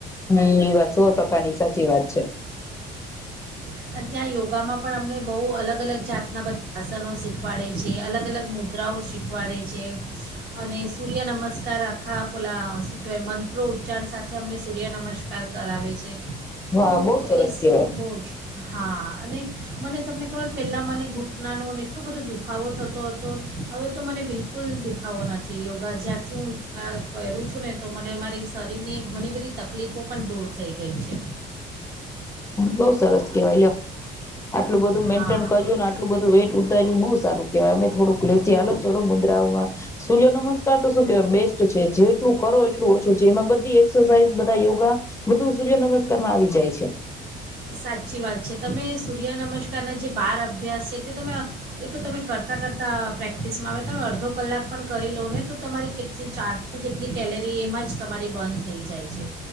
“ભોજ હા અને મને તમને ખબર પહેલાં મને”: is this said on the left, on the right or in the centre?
Right